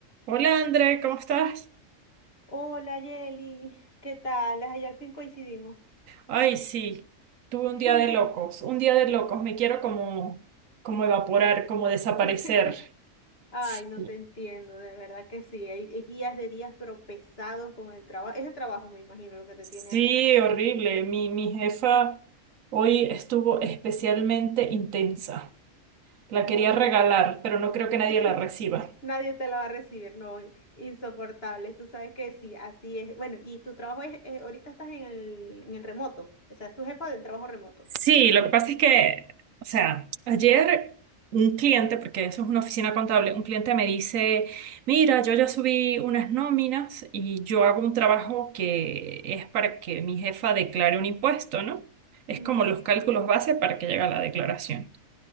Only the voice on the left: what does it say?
Hola Yeli, ¿qué tal? Ay, al fin coincidimos.
<laughs>
Ac-
<laughs> Ay,
no te entiendo, de verdad que sí. Hay, hay días de días, pero pesados con el trabajo. Es el trabajo, me imagino, lo que te
tiene así.
Muy...
<laughs>
Nadie te la va a recibir, no, insoportable. Tú sabes que sí, así es. Bueno, y tu trabajo es, eh, ahorita estás en el, en el remoto, o sea, es tu jefa del trabajo remoto.
Ujú,